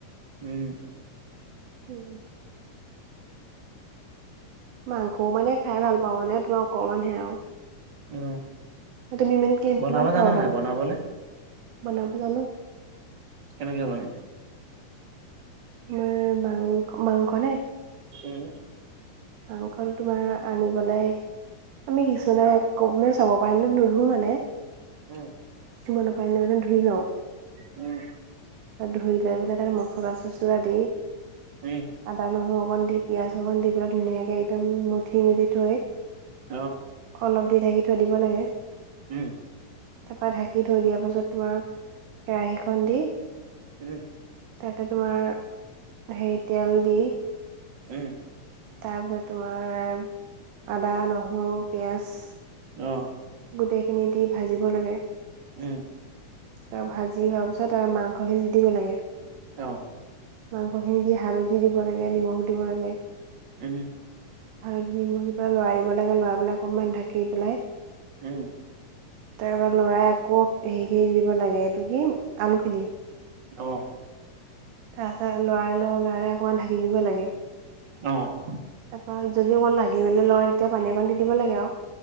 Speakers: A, on the right (about 40°); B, on the right (about 75°).
A: উম,
B: উম, মাংস মানে খাই ভাল পাওঁ মানে তোমাৰ অকমান হে আৰু
A: অ
B: তুমি ইমান কি
A: বনাব
B: কিমান খাব
A: জানা
B: পাম
A: নাই বনাবলে
B: বনাব জানো
A: কেনেকে বনায়?
B: তোমাৰ মাংস মাংস নে?
A: উম,
B: মাংসটো তোমাৰ আনিপেলাই আমি সিছু নাই ক' চাব পাৰিলে নোধো মানে
A: উম,
B: <unintelligible> মানে ধুই লওঁ
A: উম,
B: ধুই লৈ পেলাই তাতে মছলা চছলা দি
A: উম,
B: আদা নহুৰু অকণ দি পিয়াজ অকণ দি পেলাই ধুনীয়াকে একদম মোঠি মেলি থৈ
A: অ',
B: অলপ দি ঢাকি থৈ দিব লাগে।
A: উম,
B: তাৰপৰা ঢাকি থৈ দিয়া পাছত তোমাৰ কেৰাহীখন দি
A: উম,
B: তাতে তোমাৰ হেৰি তেল দি
A: উম,
B: তাৰপিছত তোমাৰ আদা নহুৰু পিয়াজ
A: অ',
B: গোটেইখিনি দি ভাজিব লাগে
A: উম,
B: ত' ভাজি হোৱাৰ পিছত আৰু মাংস খিনি দিব লাগে।
A: অ',
B: মাংসখিনি দি হালধি দিব লাগে নিমখ দিব লাগে
A: উম
B: আৰু যি মুহি পৰা লৰাই দিব লাগে লৰাই পেলাই অকমান ঢাকি পেলাই
A: উম
B: তাৰ পৰাই লৰাই আকৌ হেৰি খিনি দিব লাগে এইটো কি আলু খিনি
A: অ
B: তাৰপিছত লৰাই ল লৰাই ল অকণমান ঢাকি দিব লাগে
A: অহ হয়
B: তাৰপৰা যদি অকণ লাগিবলে লয় তেতিয়া পানী অকণ দি দিব লাগে আও